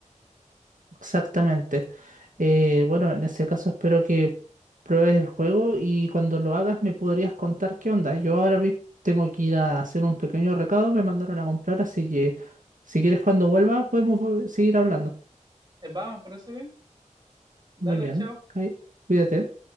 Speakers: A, on the right; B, on the right.
A: Exactamente. Eh, bueno, en ese caso espero que pruebes el juego y cuando lo hagas me podrías contar qué onda. Yo ahora mismo tengo que ir a hacer un pequeño recado, me mandaron a comprar, así que si quieres cuando vuelva podemos vol- seguir hablando.
B: Eh, vamos, pero eso bien. Dale,
A: Muy bien,
B: chao.
A: ahí, cuídate.